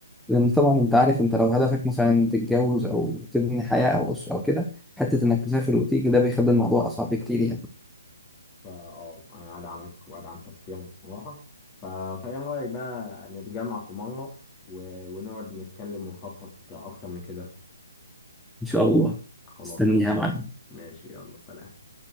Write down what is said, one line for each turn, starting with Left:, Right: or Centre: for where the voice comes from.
Centre: لان طبعا انت عارف انت لو هدفك مثلا تتجوز او تبني حياه او اسره او كده حته انك تسافر وتيجي ده بيخلي الموضوع اصعب بكتير يعني
Left: فاه انا ادعمك وادعم تفكيرك بصراحه ف... فايه رايك بقى نتجمع في مره و... ونقعد نتكلم ونخطط اكتر من كده
Centre: ان شاء الله
Left: خلاص
Centre: استنيها
Left: ماشي
Centre: معانا
Left: ماشي يلا سلام